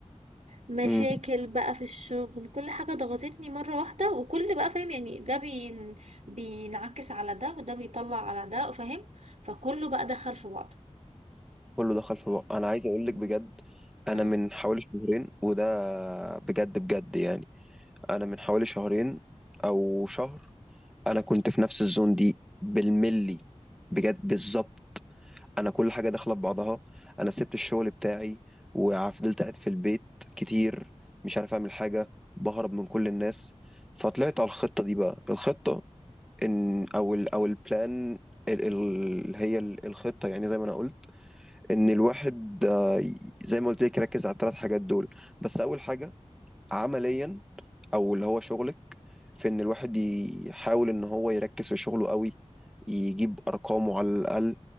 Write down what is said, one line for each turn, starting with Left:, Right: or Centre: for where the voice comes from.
Right: مشاكل
Centre: امم
Right: بقى في الشغل كل حاجة ضغطتني مرة واحدة وكل بقى فاهم يعني ده بين... بينعكس على ده وده بيطلع على ده فاهم فكله بقى دخل في بعضه
Centre: كله دخل في بعض انا عايز اقول
Right: مم.
Centre: لك بجد انا
Right: امم
Centre: من حوالي شهرين وده بجد بجد يعني انا من حوالي شهرين او شهر انا كنت في نفس الزون دي بالملي بجد بالظبط انا كل حاجه داخله ببعضها انا سبت الشغل بتاعي وفضلت قاعد في البيت كتير مش عارف اعمل حاجه بهرب من كل الناس فطلعت على الخطه دي بقى الخطه ان او ال او البلان ال ال هي ال- الخطه يعني زي ما انا قلت ان الواحد آه، زي ما قلت لك يركز على الثلاث حاجات دول بس اول حاجه عمليا او اللي هو شغلك في ان الواحد يحاول ان هو يركز في شغله قوي يجيب ارقامه على الاقل